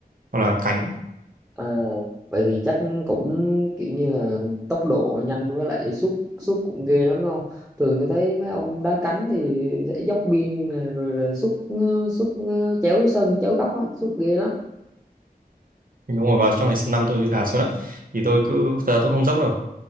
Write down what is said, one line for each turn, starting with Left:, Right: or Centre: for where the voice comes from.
Right: hoặc là cánh
Centre: à, vậy thì chắc cũng kiểu như là tốc độ nhanh với lại sút sút cũng ghê lắm đúng không thường tôi thấy mấy ông đá cánh thì sẽ dốc biên nè, rồi là sút ờ, sút ờ, chéo sân chéo góc á sút ghê lắm
Right: đúng rồi vào trong này sân 5 tôi đá xuống lắm thì tôi cứ thật ra tôi không dốc đâu